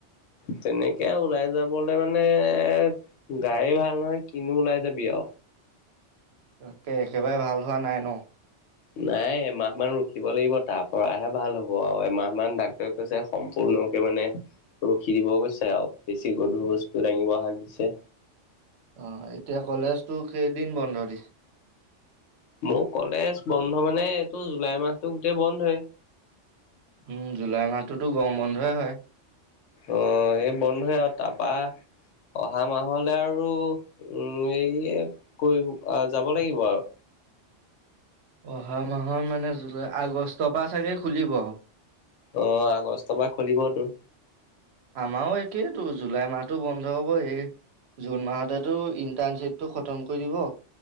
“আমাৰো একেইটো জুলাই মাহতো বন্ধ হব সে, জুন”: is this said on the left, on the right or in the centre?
Right